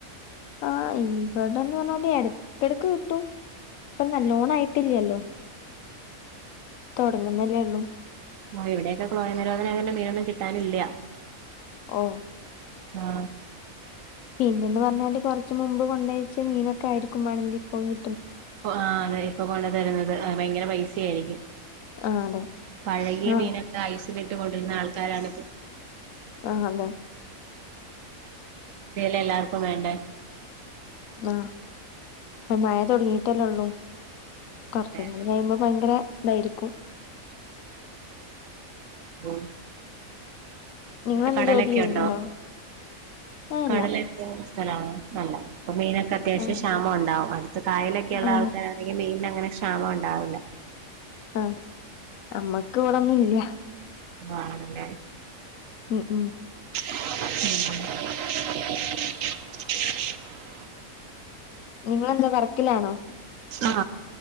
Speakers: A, on the left (about 75°); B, on the right (about 70°).
A: ആ ഇവിടെന്ന് പറഞ്ഞാല് ഇടക്കിടക്ക് കിട്ടും ഇപ്പന്നാ ലോൺ ആയിട്ടില്ലല്ലോ തുടങ്ങുന്നല്ലേ ഉള്ളൂ
B: ഓ ഇവിടെയൊക്കെ ക്ലോയ നിരോധനം അന്റെ മീനൊന്നും കിട്ടാനില്ല
A: ഓ
B: ആ
A: പിന്നെന്ന് പറഞ്ഞാല് കുറച്ച മുമ്പ് കൊണ്ടഴച്ച മീനൊക്കെ ആയിരിക്കും വേണെങ്കിൽ ഇപ്പകി
B: ആ അത ഇപ്പൊ കൊണ്ടു തരുന്നത് ഭയങ്കര പൈസയായിരിക്കും
A: ആ അതെ
B: പഴകിയ
A: ആ
B: മീനൊക്കെ ഐസ് ഇിട്ട് കൊണ്ടിരുന്ന ആൾക്കാരാണിപ്പോ
A: ആ അതെ
B: <unintelligible> എല്ലാർക്കും വേണ്ടേ
A: ആ അപ്പ മഴ തുടങ്ങിട്ടല്ലേള്ളൂ
B: ഉം അതെ
A: കുറച്ചും കൂടെ കഴിയുമ്പോ ഭയങ്കര തായിരിക്കും
B: <unintelligible> <unintelligible>
A: നിങ്ങളെന്താ
B: കടലൊക്കെ
A: ജോബ് ചെയ്യുന്നുണ്ടോ
B: ഉണ്ടോ
A: ഏ ഇല്ല
B: കടലൊക്കെ <unintelligible> മീനൊക്കെ അത്യാവശ്യ
A: ഏ
B: ക്ഷാമ ഉണ്ടാവകും അടുത്ത കായലൊക്കെയള്ള
A: ആ
B: ആൾക്കാരാണെങ്കിൽ മീന അങ്ങനെ ക്ഷാമ ണ്ടാവില്ല
A: ആ അമ്മക്ക് ഇവിടൊന്നും ഇല്ല
B: ആണല്ലേ
A: മ് മ്
B: <inaudible>
A: നിങ്ങളെന്താ വർക്കിലാണോ
B: ആ